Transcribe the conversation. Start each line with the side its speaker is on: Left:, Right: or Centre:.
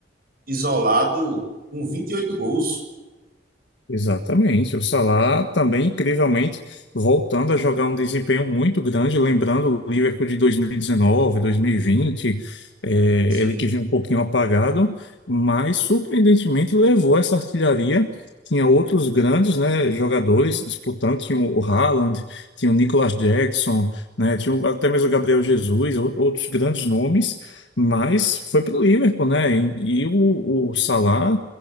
Right: isolado com 28 gols.
Left: Exatamente. O Salah também, incrivelmente, voltando a jogar um desempenho muito grande, lembrando o Liverpool de 2019, 2020, eh,
Right: Sim,
Left: ele que vinha um pouquinho apagado, mas surpreendentemente levou essa artilharia. Tinha outros grandes, né, jogadores disputando, tinha o Haaland, tinha o Nicolas Jackson, né, tinha o- até mesmo o Gabriel Jesus, ou- outros grandes nomes, mas foi para o Liverpool, né? E, e o, o Salah